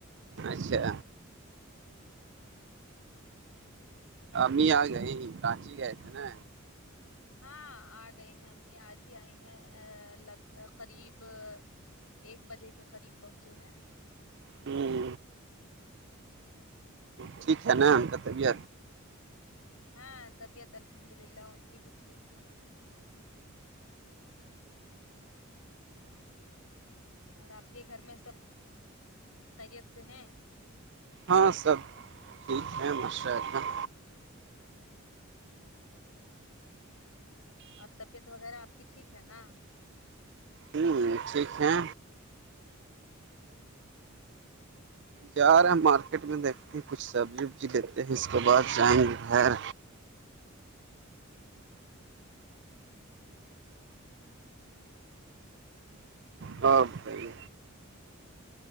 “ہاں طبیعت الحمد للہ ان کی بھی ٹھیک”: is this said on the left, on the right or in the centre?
Left